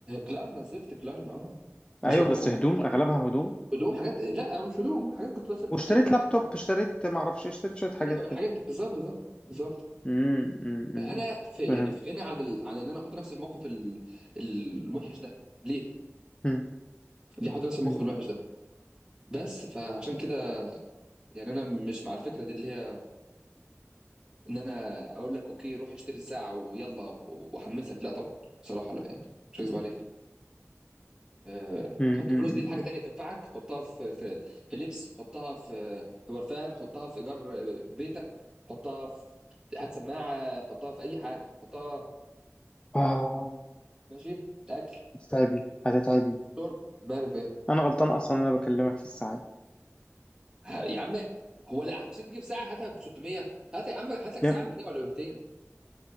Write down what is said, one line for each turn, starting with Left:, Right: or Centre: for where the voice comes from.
Right: كلارنا زفت كلارنا اه
Left: أيوه
Right: مش هدوم
Left: بس هدوم أغلبها هدوم
Right: هدوم حاجات لا مش هدوم حاجات كنت بس ب...
Left: واشتريت
Right: يعني بدفعها
Left: لابتوب اشتريت ما اعرفش اشتريت شويه حاجات
Right: ايوه الحاجات
Left: كده
Right: دي بالظبط بالظبط بالظبط
Left: امم أمم،
Right: فانا
Left: أمم.
Right: في
Left: فاهم
Right: يعني في غنى عن ال... عن ان انا احط نفسي في موقف ال... الوحش ده ليه
Left: أمم،
Right: ليه احط نفسي في الموقف
Left: أمم،
Right: الوحش ده بس فعشان كده يعني انا مش مع الفكره دي اللي هي ان انا اقول لك اوكي روح اشتري الساعه ويلا واحمسك لا طبعا بصراحه لا يعني مش هكذب عليك أه،
Left: أمم،
Right: حط
Left: أمم.
Right: الفلوس دي في حاجه تانية تنفعك حطها في في في لبس حطها في في برفان حطها في ايجار بيتك حطها في هات سماعه حطها في اي حاجه حطها
Left: اه
Right: <clears throat> ماشي اكل
Left: هتتعبي هتتعبي
Right: شرب مالك
Left: انا غلطان اصلا انا بكلمك في الساعات
Right: ه- يا عم هو لا عشان تجيب ساعه هاتها ب 600 هات يا عم هات لك ساعه
Left: يب
Right: ب 100 ولا ب 200